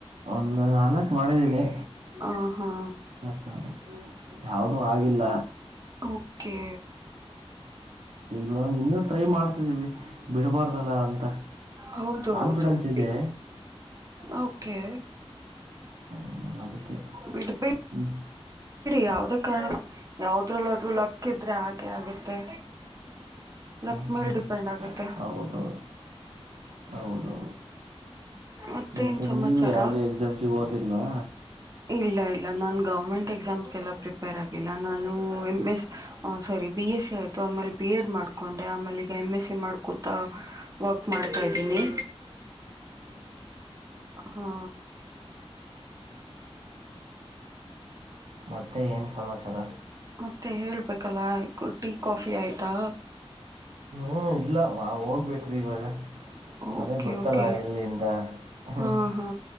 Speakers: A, on the right; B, on the right.
A: ಒಂದು ನಾಲ್ಕ್ ಮಾಡಿದ್ದೀನಿ
B: ಹ ಹಾ
A: ಹ ಯಾವ್ದೂ ಆಗಿಲ್ಲ
B: ಓಕೆ
A: ನಾ ಇನ್ನೂ ಟ್ರೈ ಮಾಡ್ ಬಿಡಬಾರ್ದಲ್ಲ ಅಂತ
B: ಹೌದು
A: ಕಾನ್ಫಿಡೆನ್ಸ್
B: ಹೌದು
A: ಇದೆ.
B: ಬಿಟ್ಬಿಟ್ಟು ಓಕೆ
A: ಹ್ಮ ಅದಕ್ಕೆ
B: ಬಿಡ್ಬೇಡಿ
A: ಹ್ಮ
B: ಯಾವದೇ ಕಾರಣ ಯಾವದ್ರಲ್ಲಾದ್ರು ಲಕ್ ಇದ್ರೆ ಹಾಗೆ ಆಗುತ್ತೆ. ಲಕ್
A: ಹ ಹಾ
B: ಮೇಲ್ ಡಿಪೆಂಡ್ ಆಗುತ್ತೆ
A: ಹೌದು ಹೌದು.
B: ಮತ್ತೇನ್
A: ಮತ್ತೆ
B: ಸಮಾಚಾರ
A: ನೀವು ಯಾವ್ದೋ ಎಕ್ಸಾಮ್ಸ ಗ್ ಓದಿಲ್ವಾ.
B: ಇಲ್ಲ ಇಲ್ಲ ನಾನು ಗೌರ್ಮೆಂಟ್ ಎಕ್ಸಾಮ್ಸ್ಗೆಲ್ಲ ಪ್ರಿಪೇರ್ ಆಗಿಲ್ಲ ನಾನು M S sorry B S C ಆಯಿತು ಆಮೇಲೆ ಬಿ ಎಡ್ ಮಾಡ್ ಮಾಡಕೊಂಡೆ ಆಮೇಲೆ ಈಗ ಎಮ್ ಎಸ್ ಸಿ ಮಾಡ್ಕೂತಾ ವರ್ಕ್ ಮಾಡ್ತಾ ಇದ್ದೀನಿ.
A: ಹ್ಮ
B: ಹಾ
A: ಮತ್ತೆ ಏನ್ ಸಮಾಚಾರ.
B: ಮತ್ತೆ ಹೇಳ್ಬೇಕಲ್ಲ ಟೀ ಕಾಫಿ ಆಯ್ತಾ.
A: ಹ್ಮ ಇಲ್ಲ ಮಾ ಹೋಗ್ಬೇಕ್ರಿ ಇವಾಗ. ಅದೇ
B: ಓಕೆ
A: ಗೊತ್ತಲ್ಲ
B: ಓಕೆ
A: ಎಲ್ಲಿಂದ <unintelligible>
B: ಹಾ ಹಾ